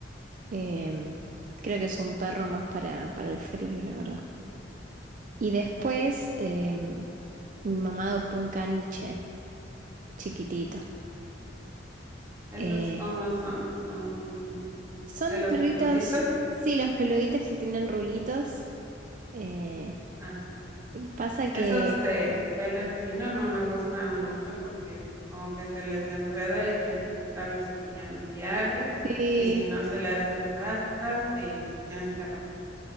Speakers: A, on the right; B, on the right.
A: Em, creo que es un perro más para, para el frío, la verdad. Y después em, mi mamá adoptó un caniche chiquitito.
B: ¿Esos
A: Eh,
B: cómo son? ¿Son
A: son
B: de los
A: perritos,
B: peluditos?
A: sí, los peluditos que tienen rulitos. Eh,
B: Ah,
A: pasa que
B: Esos de pelo chino no me gustan mucho porque es como que se les enreda y tienes que estarlo cepillando diario
A: sí,
B: y si no se le hacen rastas y los tienes que rapar.